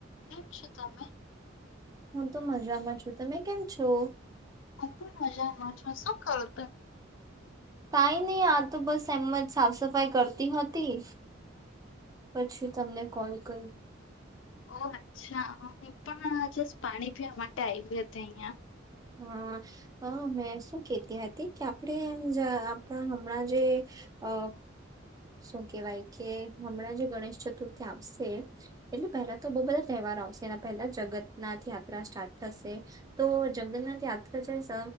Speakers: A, on the left; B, on the right.
A: કેમ છો તમે?
B: હું તો મજામાં છું, તમે કેમ છો?
A: હૂ પણ મજામાંછો શું કરું તમે?
B: કાઈ નહી આ તો બસ એમ જ સાફ સફાઈ કરતી હતી, પછી તમને કોલ કર્યું,
A: ઓ અચ્છા હું પણ જસ્ટ પાણી પીવા માટે આવ હતી, અહં
B: હા, હ મેં શું કતી હતી કે આપણે એમ આપણા હમણાં જે અ શું કેવાય કે હમણાં જે ગણેશ ચતુર્થી આવશે એટલે પહેલા તો બહ બધા તહેવાર આવશે એના પહેલા જગન્નાથ યાત્રા સ્ટાર્ટ થશે તો, જંગલના ત્યાંકા જારે